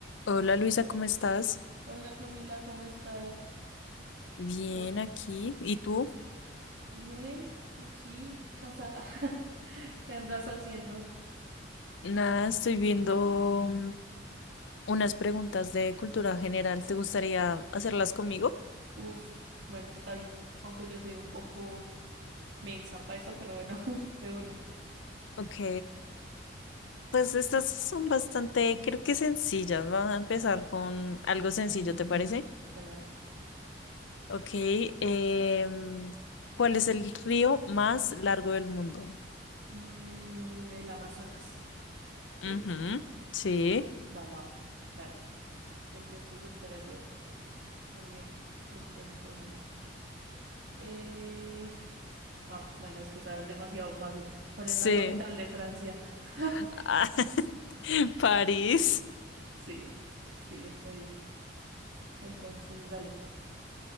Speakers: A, on the left (about 75°); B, on the right (about 75°).
A: Hola Luisa, ¿cómo estás?
B: Hola Camila, ¿cómo estás?
A: Bien
B: Yo
A: aquí. ¿Y tú?
B: bien, aquí, cansada. <laughs> ¿Qué andas haciendo?
A: Nada, estoy viendo mm, unas preguntas de cultura general. ¿Te gustaría hacerlas conmigo?
B: Uf, bueno, está bien. Aunque yo soy un poco mensa para eso, pero bueno, <laughs> de una.
A: Ok. Pues estas son bastante, creo que sencillas. Vamos a empezar con algo sencillo, ¿te parece?
B: Bueno, dale.
A: Ok. em, ¿cuál es el río más largo del mundo?
B: Mm, el Amazonas, ¿sí?
A: Ujú, Sí.
B: Va, va, va, dale. Entonces, espera, yo también intento unas. Eh... ah, bueno, es que sabes demasiado fácil. ¿Cuál
A: Sí.
B: es la capital de Francia? <laughs>
A: <laughs> Ah, <laughs> París.
B: Sí, sí, está bien. Entonces, dale.